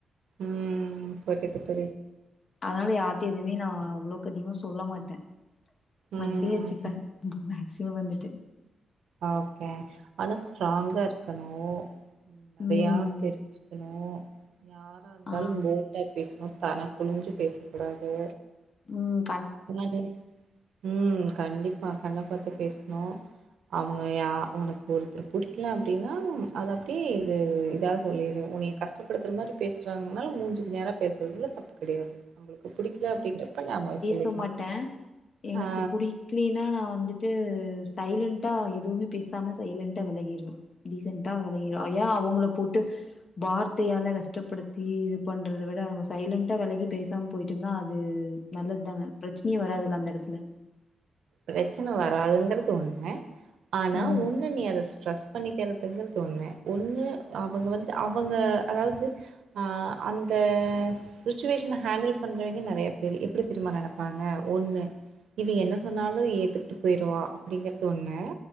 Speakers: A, on the right; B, on the left.
A: உஹம் ஒகே இப்ப புரிது
B: அதனாலயா எதுமே நா அவ்ளோக்கு அதிகமா சொல்ல மாட்ட
A: ம்
B: மனசிலே வெச்சிப்ப மேக்ஸ் இவ வந்துட்டு
A: ஓகே ஆனா ஸ்ட்ராங்கா இருக்கணு நெறையா
B: ம்
A: தெரிஞ்சிகணு யாரா இருந்தாலு
B: ஆ
A: போல்டா பேசு தனக் குழிஞ்சு பேசக் கூடாது
B: உம்
A: <unintelligible> உம் கண்டிப்பா கண்ணப் பாத்து பேசுணு அவங்க ய உனக்கு ஒருத்தர் புடிக்கலா அப்டின்னா அத அப்டியே இது இதா சொல்லிரு உனய கஷ்டப்படுத்துற மாரி பேசுறாங்கனாலு மூஞ்சுக்கு நேர பேசுறதுல தப்பு கிடையாது நம்மளுக்கு புடிக்கல அப்டிங்கிறப்ப நாம <unintelligible>
B: போ மாட்ட எனக்கு
A: ஆ.
B: புடிக்கிலின்னா நா வந்துட்டு து சைலன்டா எதுவுமே பேசாம சைலண்டா விலகிருவே டீசென்டா விளகிருவ யேன் அவங்ளுக் போட்டு வார்த்தையால கஷ்டப்படுத்தி இத பண்றத விட நம்ம சைலண்டா வெலகி பேசாம போயிட்டோம்னா அது நல்லதுதான பிரச்சனையே வராதுல்ல அந்த எடத்துல
A: ப்ரச்சின வராதுங்கறது ஒண்ணு ஆனா
B: ம்.
A: உன்ன நீ அத ஸ்ட்ரெஸ் பண்ணிக்கிறதுங்கருதுன்னு ஒண்ணு அவங்க வந்து அவங்க அதாவது ஆ அந்த ஸ்சுச்சுவேஷன ஹண்டில் பண்றவைங்கே நெறைய பேரு எப்டி தெரியுமா நெனைப்பாங்க ஒண்ணு இவ என்ன சொ து சொன்னாலு ஏத்துக்கிட்டு போயிடுவா அப்டிங்கிறது ஒன்னு